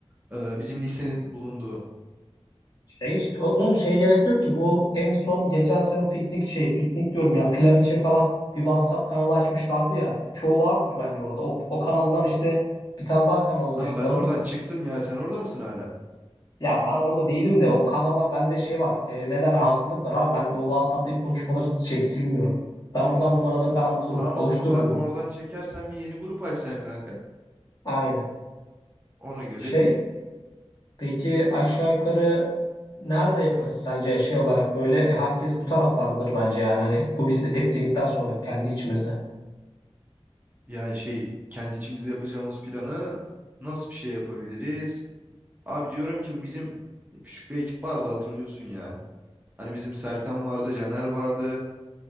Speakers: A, on the right; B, on the left.
A: eee, bizim lisenin bulunduğu.
B: Şey işte o- oğlum şey gerek yok ki bu en son geçen sene piknik şey piknik diyorum ya pilav için falan bir WhatsApp kanalı açmışlardı ya. Çoğu vardır bence orada. O, o kanaldan işte bir tane daha kanal oluşturalım.
A: Lan ben oradan çıktım ya sen orada mısın hala?
B: Ya ben orada değilim de o kanallar bende şey var. E, neden hastalık var abi ben o WhatsApp'taki konuşmaları şey silmiyorum. Ben oradan
A: E ta-
B: numaraları falan bulurum.
A: tamam
B: Oluştururum.
A: oradan
B: bunu.
A: oradan çekersen bir yeni grup açsan kanka.
B: Aynen.
A: Ona göre
B: Şey
A: bir
B: peki aşağı yukarı nerede yaparız sence şey olarak böyle E, herkes bu taraflardadır bence yani hani bu bizde etkinlikten sonra kendi içimizde.
A: yani şey kendi içimizde yapacağımız planı nasıl bir şey yapabiliriz? Abi diyorum ki bu bizim küçük bir ekip vardı hatırlıyorsun ya. Hani bizim Serkan vardı, Caner vardı.